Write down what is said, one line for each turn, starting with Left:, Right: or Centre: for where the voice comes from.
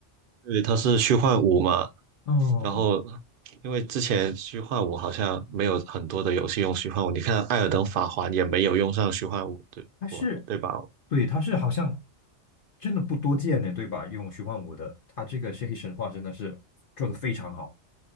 Right: 对，它是虚幻五嘛，
Left: 哦，
Right: 然后因为之前虚幻五好像没有很多的游戏用虚幻五，你看《艾尔登法环》也没有用上虚幻五，对不？
Left: 他是，
Right: 对吧？
Left: 对，他是好像真的不多见的，对吧？用虚幻五的，他这个是黑神话真的是做的非常好，